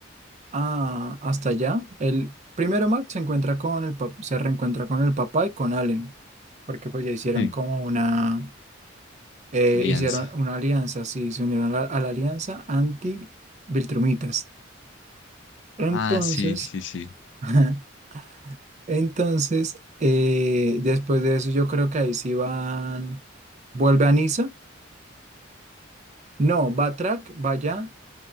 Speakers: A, on the right; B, on the left.
A: a, hasta allá. El primero Mark se encuentra con el pap- se reencuentra con el papá y con Allen, porque pues ya hicieron
B: Sí.
A: como una... eh,
B: Alianza.
A: hicieron una alianza, sí, se unieron a la, a la alianza anti-Viltrumitas. Entonces,
B: Ah, sí, sí, sí.
A: <laughs> ajá, entonces, eh, después de eso, yo creo que ahí sí van, vuelve a Niza, no, va Track, va allá,